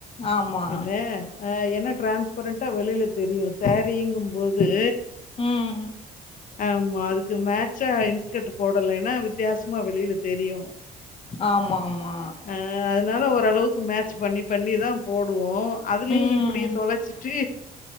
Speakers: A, on the left; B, on the left.
A: ஆமா
B: என்னஹ என்ன டிரான்ஸ்ப்ரண்டா வெளியில தெரியூ சாரீங்கு போத் து
A: ம்
B: ஆமா அதுக்கு மேட் ச்சா இன்ஸ்கர்ட் போடலன்னா வித்யாசமா வெளியில தெரியூ
A: ஆம்மாமா
B: அ அதனால ஓரளவுக்கு மேட்ச் பண்ணி பண்ணி தா போடுவோ அதுலயு
A: ம்
B: இப்டி தொலச்சிட்டு